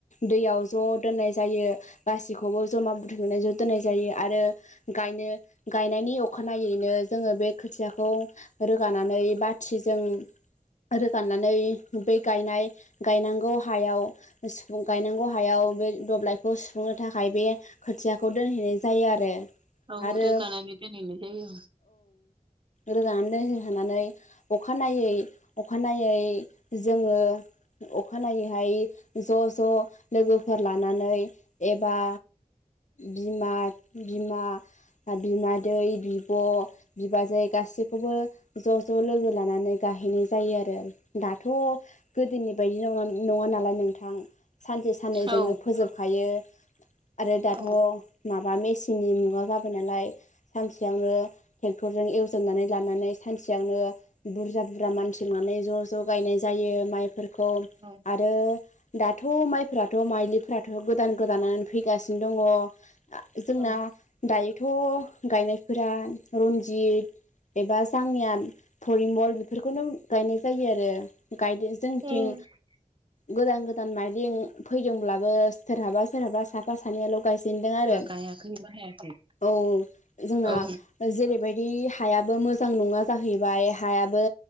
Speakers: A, on the left; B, on the right.
A: दैयाव ज' दोननाय जायो। गासैखौबो जमा बुथुमनानै ज' दोन्नाय जायो आरो गायनो गायनायनि अखानायैनो जोंङो बे खोथियाखौ रोगानानै नै बाथिजों रोगाननानै बै गायनाय गायनांगौ हायाव गायनांगौ हायाव बे दब्लाय खौ सुफुंनो थाखाय बे खोथियाखौ दोनहैनाय जायो आरो
B: औ
A: आरो
B: रोगानानै दोनहैनाय जायो
A: रोजानानै दोनहोहोनानै अखानायनायै अखानायै जोंङो अखानायैहाय ज' ज' लोगोफोर लानानै एबा बिमा बिमा बिमादैै बिब' बिबाजै गासैखौबो ज' ज' लोगो लानानै गाहैनाय जायो आरो दाथ' गोदोनि बायदि नंङा नालाय नोंथां सानसे साननै जोंङो
B: औ
A: फोजोबखायो आरो दाथ'
B: औ
A: माबा मेचिननि मुगा जाबाय नालाय सानसेयावनो ट्रेक्टर जजों एवजोबनानै लानानै सानसेयावनो बुरजा बुरजा मानसि लनानै ज' ज' गायनाय जायो माइफोरखौ
B: औ
A: आरो दाथ' माइफोराथ' माइलिफोराथ' गोदान गोदानानो फैगासिनो दंङो जोंना
B: औ
A: दायोथ' गायनायफोरा रनजित एबा जोंनिया फरिमल बेफोरखौनो गायनाय जायो आरो गायदों जोंनिथिं
B: जोङो
A: गोदान गोदान माइरें फैदोंब्लाबो सोरहाबा सोरहाबा साफा सानैल' गायजेनदों आरो
B: गायाखै बाहायाखै
A: औ जोंनिया
B: औ
A: जेरै बादि हायाबो मोजां नंङा जाहैबाय हायाबो